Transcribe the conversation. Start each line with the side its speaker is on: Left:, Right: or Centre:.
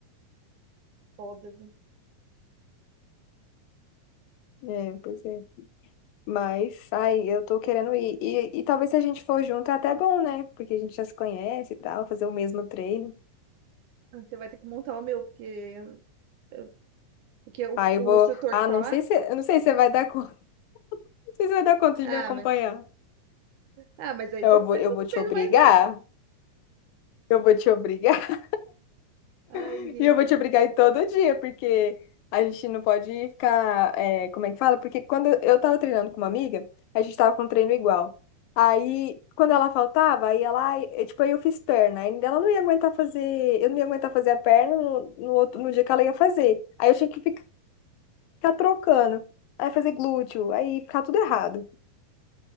Right: Foda, viu?
Left: É, pois é. Mas, ai, eu tô querendo ir. E, e talvez se a gente for junto é até bom, né? Porque a gente já se conhece e tal, fazer o mesmo treino.
Right: Ah, Você vai ter que montar o meu, porque, eu- porque o,
Left: Aí
Right: o
Left: eu vou.
Right: instrutor
Left: Ah,
Right: que tá
Left: não
Right: lá.
Left: sei se, eu não sei se você vai dar conta. <laughs> Não sei se você vai dar conta
Right: Ah,
Left: de me acompanhar.
Right: mas. Ah, mas aí
Left: Então
Right: você
Left: eu vou,
Right: pega
Left: eu
Right: o
Left: vou te
Right: peso
Left: obrigar.
Right: mais leve.
Left: Eu vou te obrigar.
Right: Ai,
Left: <laughs>
Right: gente.
Left: E eu vou te obrigar a ir todo dia, porque a gente não pode ficar. é, como é que fala? Porque quando eu tava treinando com uma amiga, a gente tava com um treino igual. Aí, quando ela faltava, aí ela, ai, eu, tipo, aí eu fiz perna. Aí ela não ia aguentar fazer, eu não ia aguentar fazer a perna no, no outro, no dia que ela ia fazer. Aí eu tinha que ficar trocando. Aí fazer glúteo, aí ficar tudo errado.